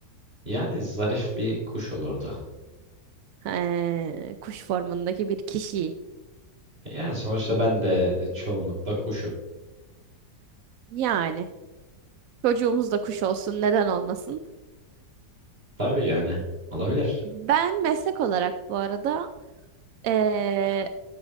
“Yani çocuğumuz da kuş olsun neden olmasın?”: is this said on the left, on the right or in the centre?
Right